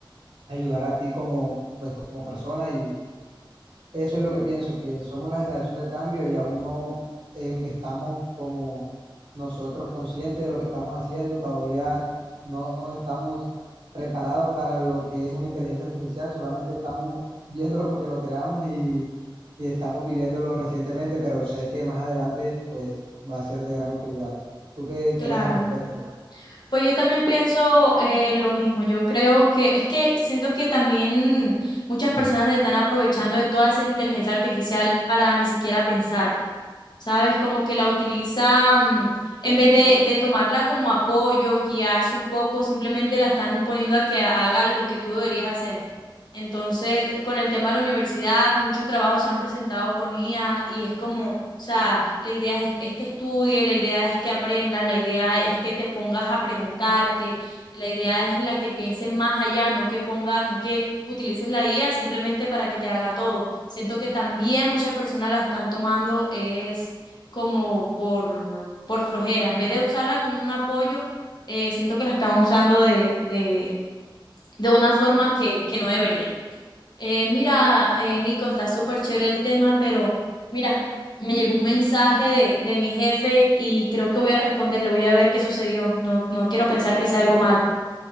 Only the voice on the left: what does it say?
Claro.
Pues yo también pienso eh, lo mismo. Yo creo que es que siento que también muchas personas se están aprovechando de toda esa inteligencia artificial para ni siquiera pensar, ¿sabes? Como que la utilizan, mm, en vez de, de tomarla como apoyo, guiarse un poco, simplemente la están poniendo a que haga lo que tú deberías hacer. Entonces, con el tema de la universidad, muchos trabajos se han presentado con IA y es como, o sea, la idea es, es que estudie, la idea es que aprendas, la idea es que te pongas a preguntar, que la idea es la que pienses más allá, no que ponga, no que utilices la IA simplemente para que te haga todo. Siento que también muchas personas la están tomando es como por, por flojera, en vez de usarla como un apoyo, eh, siento que la están usando de, de, de una forma que, que no debería. Eh, mira, eh, Nico, está súper chévere el tema, pero mira, me llegó un mensaje de, de mi jefe y creo que voy a responderle, voy a ver qué sucedió. No, no quiero pensar que sea algo malo.